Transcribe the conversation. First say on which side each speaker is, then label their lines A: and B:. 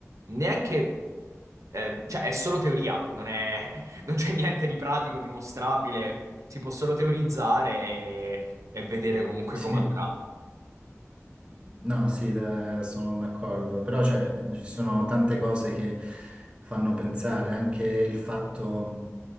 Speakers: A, on the right; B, on the right.
A: neanche, eh, cioè è solo teoria, non è- <laughs> non c'è niente di pratico, dimostrabile, si può solo teorizzare e, e vedere comunque
B: Sì.
A: come andrà.
B: No, sì, da- sono d'accordo, però cioè, ci sono tante cose che fanno pensare, anche il fatto,